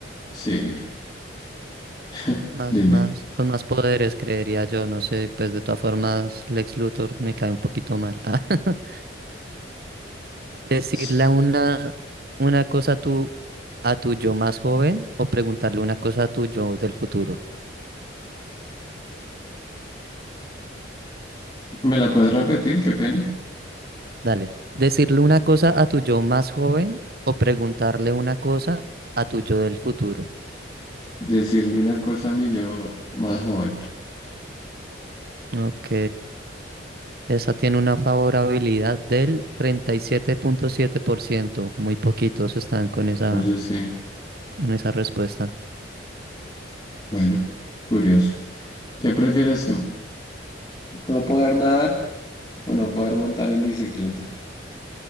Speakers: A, on the left; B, on the right.
A: sí, <laughs>
B: más,
A: dime.
B: más, con más poderes, creería yo, no sé, pues de todas formas, Lex Luthor me cae un poquito mal. <laughs> Ah, Decirle
A: Sí,
B: una, una cosa a tu, a tu yo más joven o preguntarle una cosa a tu yo del futuro.
A: ¿Me la puedes repetir? Qué pena.
B: Dale. Decirle una cosa a tu yo más joven o preguntarle una cosa a tu yo del futuro.
A: Decirle una cosa a mi yo más joven.
B: Ok. Esa tiene una favorabilidad del treinta y siete siete punto siete por ciento Muy poquitos están con esa,
A: Oye, sí.
B: con esa respuesta.
A: Bueno, curioso. ¿Qué prefieres tú? ¿No poder nadar o no poder montar en bicicleta?